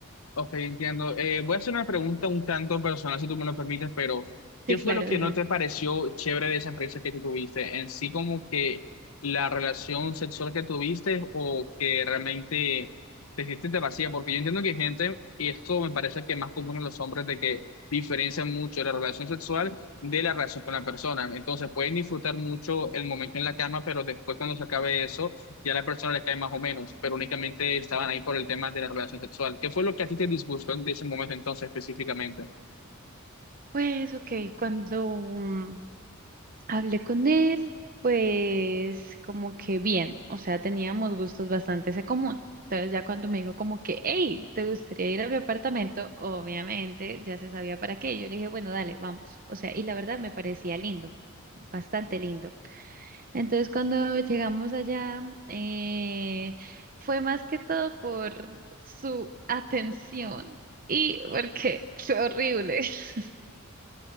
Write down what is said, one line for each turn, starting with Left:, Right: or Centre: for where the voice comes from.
Left: Ok, entiendo. Eh, voy a hacer una pregunta un tanto personal, si tú me lo permites, pero ¿qué
Right: Sí,
Left: fue
Right: claro,
Left: lo que
Right: dime.
Left: no te pareció chévere de esa experiencia que tú tuviste? En sí, como que la relación sexual que tuviste o que realmente te sentiste vacía, porque yo entiendo que hay gente, y esto me parece que es más común en los hombres, de que diferencian mucho la relación sexual de la relación con la persona. Entonces, pueden disfrutar mucho el momento en la cama, pero después cuando se acabe eso ya la persona le cae más o menos, pero únicamente estaban ahí por el tema de la relación sexual. ¿Qué fue lo que a ti te disgustó en ese momento entonces específicamente?
Right: Pues, ok, cuando mm, hablé con él, pues como que bien, o sea, teníamos gustos bastante en común. Entonces ya cuando me dijo como que, hey, ¿te gustaría ir a mi apartamento? Obviamente ya se sabía para qué. Yo le dije, bueno, dale, vamos. O sea, y la verdad me parecía lindo, bastante lindo. Entonces cuando llegamos allá, eh, fue más que todo por su atención y porque fue horrible. <laughs>